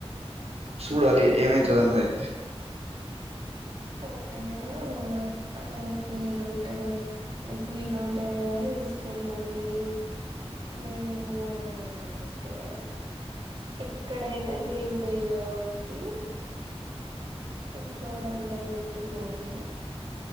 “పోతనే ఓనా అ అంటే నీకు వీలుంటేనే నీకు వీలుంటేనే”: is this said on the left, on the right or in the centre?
Right